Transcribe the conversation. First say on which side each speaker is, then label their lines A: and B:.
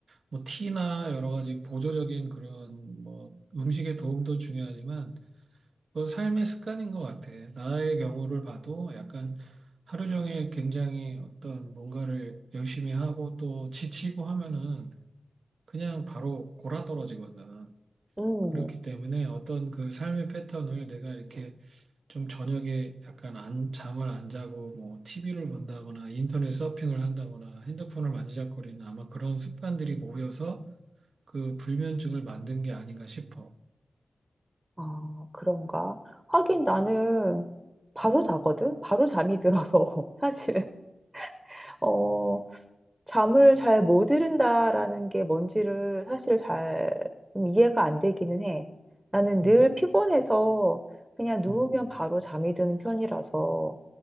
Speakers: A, on the right (about 75°); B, on the right (about 20°).
A: 뭐 티나 여러 가지 보조적인 그런 뭐 음식의 도움도 중요하지만 그 삶의 습관인 것 같아. 나의 경우를 봐도 약간 하루 종일 굉장히 어떤 뭔가를 열심히 하고 또 지치고 하면은 그냥 바로 골아 떨어지거든.
B: 음,
A: 그렇기 때문에 어떤 그 삶의 패턴을 내가 이렇게 좀 저녁에 약간 안, 잠을 안 자고 뭐 TV를 본다거나 인터넷 서핑을 한다거나 핸드폰을 만지작거리는 아마 그런 습관들이 모여서 그 불면증을 만든 게 아닌가 싶어.
B: 아, 그런가. 하긴 나는 바로 자거든? 바로 잠이 들어서. <laughs> 사실. 어, 잠을 잘 못 이룬다라는 게 뭔지를 사실 잘 좀 이해가 안 되기는 해. 나는 늘
A: 음,
B: 피곤해서 그냥 누우면
A: 음,
B: 바로 잠이 드는 편이라서